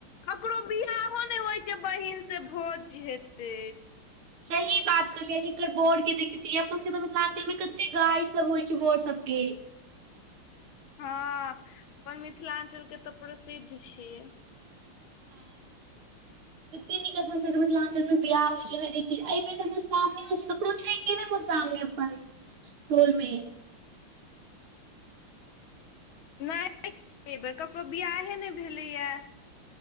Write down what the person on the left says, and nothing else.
ककरो वियाहने होइ छै बहिन से भोज हेते
हँ अपन मिथलांचल के त प्रसिद्ध छियै
नहि एहि बेर ककरो बियहे नहि भेलैय